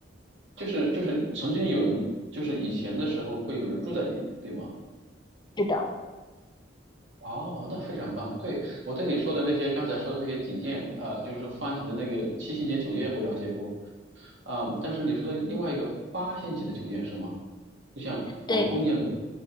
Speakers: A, on the right; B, on the left.
A: 就是就是曾经有人，就是以前的时候会有人住在里面，对吗？
B: 是的，
A: 哦，那非常棒。对，我对你说的那些，刚才说的那些景点，啊，就是说方形的那个七星级酒店，我了解过。啊、但是你说的另外一个八星级的酒店是吗？就像皇宫一样的。
B: 对，